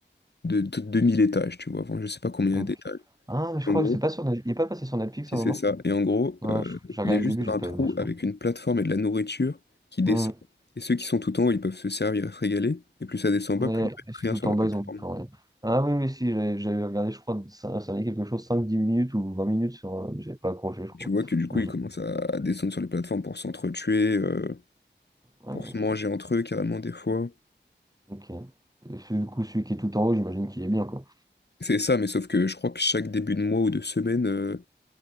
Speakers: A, on the left; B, on the right.
A: de, de 2000 étages, tu vois. Enfin, je sais pas combien
B: Ok.
A: il y a d'étages.
B: Ah, mais je
A: En
B: crois
A: gros,
B: que c'est pas sur Netflix. Il est pas passé sur Netflix
A: si
B: à un
A: c'est
B: moment?
A: ça. Et en gros,
B: Ah,
A: euh,
B: je- j'ai regardé
A: il y a juste
B: le début, j'ai
A: un
B: pas
A: trou
B: aimé, je crois.
A: avec une plateforme et de la nourriture qui descend.
B: Hmm.
A: Et ceux qui sont tout en haut, ils peuvent se servir se régaler. Et plus ça descend bas,
B: Et,
A: plus il reste
B: et c'est
A: rien
B: tout
A: sur la
B: en bas,
A: plateforme.
B: ils ont tout enlevé. Ah oui, oui, si, j'avais j'avais regardé, je crois, ça, ça allait quelque chose, cinq, dix minutes ou 20 minutes sur. euh, j'avais pas accroché, je crois.
A: Tu vois que du coup,
B: Donc
A: ils
B: j'ai.
A: commencent à, à descendre sur les plateformes pour s'entretuer, euh,
B: ouais,
A: pour se manger entre eux carrément des fois.
B: Ok. Et ce- du coup, celui qui est tout en haut, j'imagine qu'il est bien, quoi.
A: C'est ça, mais sauf que je crois que chaque début de mois ou de semaine, euh,